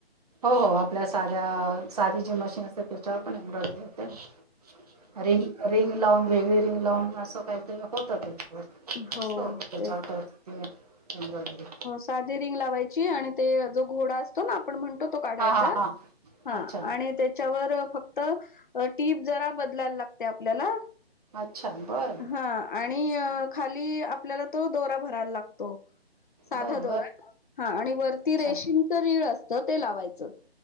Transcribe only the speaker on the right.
हो हो आपल्या साध्या साधी जी मशीन त्याच्या पण एम्ब्रॉयडरी हो रिंग रिंग लावून वेगळी रिंग लावून असं काही ते होत मस्त
होतं ते चार
करत एम्ब्रॉडरी
हा हा हा
अच्छा
अच्छा बरं
बरं
बरं
अच्छा